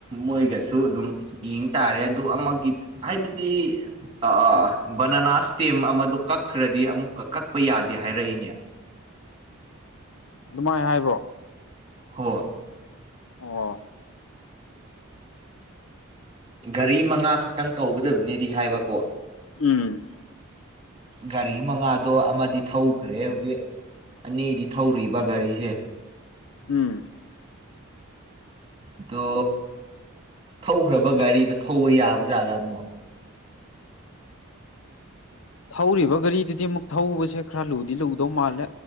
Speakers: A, on the right; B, on the left.
A: ꯃꯣꯏꯒꯁꯨ ꯑꯗꯨꯝ ꯌꯦꯡꯇꯔꯦ ꯑꯗꯨ ꯑꯃꯒꯤ ꯍꯥꯏꯕꯗꯤ ꯑꯥ ꯑꯥ ꯕꯅꯅꯥ ꯁꯇꯦꯝ ꯑꯃꯗꯣ ꯀꯛꯈ꯭ꯔꯗꯤ ꯑꯃꯨꯛꯀ ꯀꯛꯄ ꯌꯥꯗꯦ ꯍꯥꯏꯔꯛꯏꯅꯦ
B: ꯑꯗꯨꯃꯥꯏꯅ ꯍꯥꯏꯕ꯭ꯔꯣ
A: ꯍꯣ
B: ꯑꯣ
A: ꯒꯥꯔꯤ ꯃꯉꯥ ꯈꯛꯇꯪ ꯇꯧꯒꯗꯕꯅꯦꯗꯤ ꯍꯥꯏꯕꯀꯣ
B: ꯎꯝ
A: ꯒꯥꯔꯤ ꯃꯉꯥꯗꯣ ꯑꯃꯗꯤ ꯊꯧꯈ꯭ꯔꯦ ꯍꯧꯖꯤꯛ ꯑꯅꯤꯗꯤ ꯊꯧꯔꯤꯕ ꯒꯥꯔꯤꯁꯦ
B: ꯎꯝ
A: ꯑꯗꯣ ꯊꯧꯈ꯭ꯔꯕ ꯒꯥꯔꯤꯗꯣ ꯊꯧꯕ ꯌꯥꯕ ꯖꯥꯠꯂꯥ ꯑꯃꯨꯛ
B: ꯊꯧꯔꯤꯕ ꯒꯥꯔꯤꯗꯨꯗꯤ ꯑꯃꯨꯛ ꯊꯧꯕꯁꯦ ꯈꯔ ꯂꯨꯗꯤ ꯂꯨꯗꯧ ꯃꯥꯜꯂꯦ